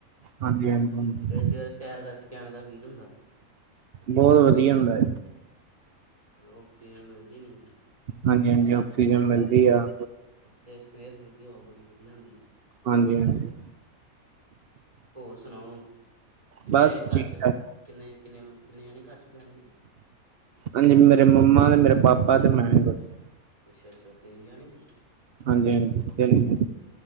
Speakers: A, on the right; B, on the right.
A: ਹਾਂਜੀ ਹਾਂਜੀ
B: ਸਵੇਰੇ- ਸਵੇਰੇ ਸੈਰ ਕਰਕੇ ਕਿਵੇਂ ਦਾ ਫੀਲ ਹੁੰਦਾ।
A: ਬਹੁਤ ਵਧੀਆ ਹੁੰਦਾ।
B: ਆਕਸੀਜਨ ਮਿਲਦੀ ਨਹੀਂ।
A: ਹਾਂਜੀ, ਹਾਂਜੀ, ਆਕਸੀਜਨ ਮਿਲਦੀ ਆ।
B: ਅਤੇ ਸਵੇਰ-ਸਵੇਰ ਦੀ ਹਵਾ ਬੜੀ ਵਧੀਆ ਹੁੰਦੀ।
A: ਹਾਂਜੀ, ਹਾਂਜੀ।
B: ਹੋਰ ਸੁਣਾਓ? ਕਿੰਨੇ
A: ਬਸ
B: ਘਰ
A: ਠੀਕ
B: ਚ
A: ਠਾਕ
B: ਕਿੰਨੇ, ਕਿੰਨੇ, ਕਿੰਨੇ ਜਾਣੇ ਘਰ 'ਚ ਫੈਮਲੀ।
A: ਹਾਂਜੀ, ਮੇਰੇ ਮੰਮਾ ਤੇ, ਮੇਰੇ ਪਾਪਾ ਤੇ ਮੈਂ ਬਸ।
B: ਅੱਛਾ, ਅੱਛਾ, ਤਿੰਨ ਜਾਣੇ ਜੇ।
A: ਹਾਂਜੀ, ਹਾਂਜੀ।